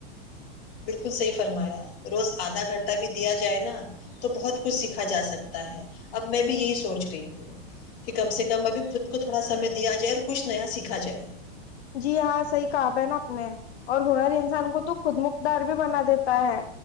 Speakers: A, on the left; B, on the left.
A: بالکل صحیح فرمایا روز آدھا گھنٹہ بھی دیا جائے نا تو بہت کچھ سیکھا جا سکتا ہے اب میں بھی یہی سوچ رہی ہوں کہ کم سے کم ابھی خود کو تھوڑا سمے دیا جائے اور کچھ نیا سیکھا جائے
B: جی ہاں صحیح کہا بہن آپ نے اور ہنر انسان کو تو خود مخدار بھی بنا دیتا ہے